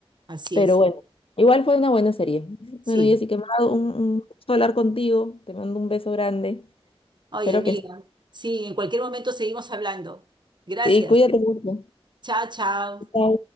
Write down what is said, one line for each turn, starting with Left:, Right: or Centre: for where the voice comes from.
Right: así
Left: Pero
Right: es,
Left: bueno, igual fue una buena serie.
Right: sí.
Left: Bueno, Jessica, me ha dado un, un gusto hablar contigo. Te mando un beso grande.
Right: Ay,
Left: Espero
Right: amiga.
Left: que sí.
Right: Sí, en cualquier momento seguimos hablando. Gracias.
Left: Y cuídate mucho.
Right: Chao, chao.
Left: Chao.